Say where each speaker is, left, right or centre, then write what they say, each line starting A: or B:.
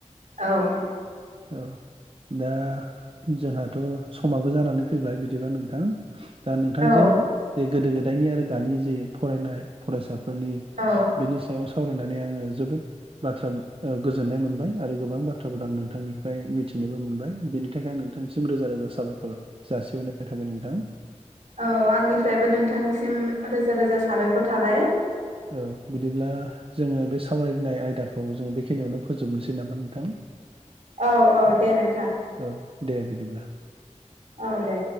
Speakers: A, on the right; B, on the right.
A: औ।
B: औ। दा जोंहाथ' समाबो जानानै फैबाय बिदिबा नोंथां। दा नोंथांजों
A: औ
B: गोदो गोदायनि आरो दानि जि फरायनाय फरायसा फोरनि
A: औ
B: बिनि सायाव सावरायनानै आङो जोबोद बाथ्रा गोजोननाय मोनबाय आरो गोबां बाथ्राफोर आं नोंथांनि फ्राय मिथिनोबो मोनबाय बिनि थाखाय नोंथांसिम रोजा रोजा साबायखर जासिहरनाय थाबाय नोंथां।
A: औ आंनिफ्रायबो नोंथांनिसिम रोजा रोजा साबायखर थाबाय।
B: औ बिदिब्ला जोङो बे सावरायनाय आयदाखौ जोङो बेखिनियावनो फोजोबनोसै नामा नोंथां।
A: औ औ दे नोंथां
B: औ दे बिदिब्ला
A: औ दे।